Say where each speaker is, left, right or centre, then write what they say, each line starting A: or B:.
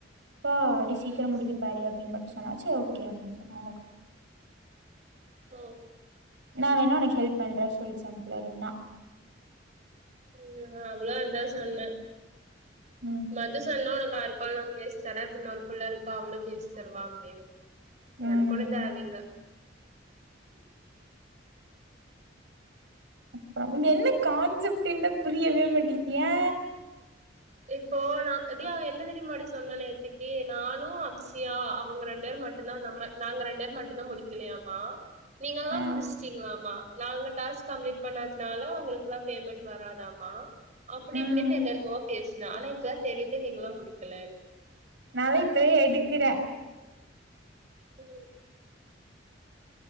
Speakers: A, on the right (about 70°); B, on the right (about 40°).
A: பா அடி சீக்கிரம்
B: ம்
A: முடிக்க பாரு ன்மட்டு சொன்னா ச்சே ஓகே அப்டீன்சொன்ன அவலதா
B: ஒ
A: நா வேன்ணா உனக் ஹெல்ப் பண்ற சொல்ச் அந்த புள்ள ரிம்னா
B: ம் அவ்ளோ அத்தா சொன்ன
A: ம்
B: மது சொன்னா உனக்காரு கொள்ளம் பேச் தர்ரே பின்னொரு பிள்ள ருக்கா அவ்ளு பேச் தருவா அப்படின்னு
A: ம்
B: எனக்கொன்னுந்தேவயில்ல
A: அப்றொம் <unintelligible> என்னைக் கான்செப்ட்டென்ன புரியவே மாட்டிக்யே
B: இப்போ நா டியா அவ என்ன தெரியுமாடி சொன்ன நேத்திக்கி நானு அப்சியா அவ்ங்க ரெண்டேர் மட்டுந்தா நம்ம நாங்க ரெண்டேர் மட்டுந்தா முடிக்கலயாமா நீங்கல்லா
A: ஆ
B: முடிச்ட்டீங்ளாமா நாங்க டாஸ்க் கம்ப்ளீட் பண்ணத்னால அவ்ங்களுக்குலாம் பேமெண்ட் வராதாமா அப்படி
A: ம்
B: இப்டின்னு என்னென்மோ பேஸ்னா இப்தான் தெரிய்து நீங்களாம் முடிக்கலெனு
A: நால்லெ இப்பவே எடுக்கிறே
B: ம்